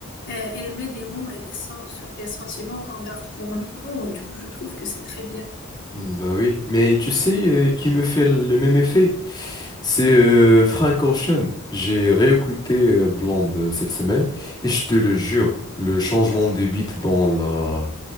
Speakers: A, on the left (about 55°); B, on the left (about 20°).
A: Euh, elle met des mots et des sons sur des sentiments qu'on garde pour nous. Du coup, je trouve que c'est très bien.
B: Mm, Bah oui, mais tu sais euh, qui me fait le même effet? C'est euh, Frank Ocean. J'ai réécouté euh, Blonde euh, cette semaine et je te le jure, le changement de beat dans la,